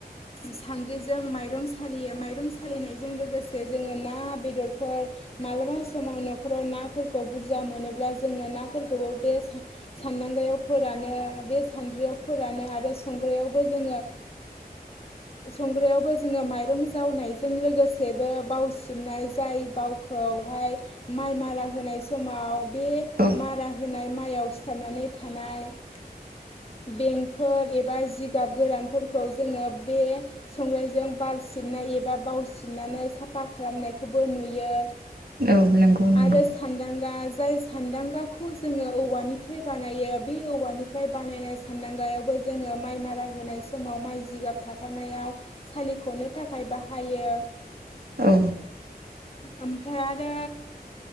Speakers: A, on the left (about 40°); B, on the right (about 70°).
A: सानद्रिजों माइरं सालियो माइरं सालिनाय जों लोगोसे जोङो ना बेदरफोर मालाबा समाव न'खराव नाफोरखौ बुरजा मोनोब्ला जोङो नाफोरखौबो बे सानदांगयाव फोरानो बे सानद्रियाव फोरानो आरो संग्रायावबो जोङो माइरं जावनायजों लोगोसे सेबो जोंबो बावसिबनाय जाय बावखौहाय माइ मारा होनाय समाव बे
B: औ
A: मारा होनाय माइआव सिथाबनानै थानाय बेंफोर एबा जिगाब गोरानफोरखौ जोङो बे संग्रायजों बार सिबनाय एबा बाव सिबनानै साफा खालामनायखौबो नुयो
B: औ नंगौ नंगौ
A: आरो सान्दांगा जाय सान्दांगाखौ जोङो औवानिफ्राय बानायो बे औवानिफ्राय बानायनाय सान्दांगा जोङो माइ मारा होनाय समाव माइ जिगाब थाफानायाव सालिख'नो थाखाय बाहाय बाहायो
B: औ
A: आमफ्राय आरो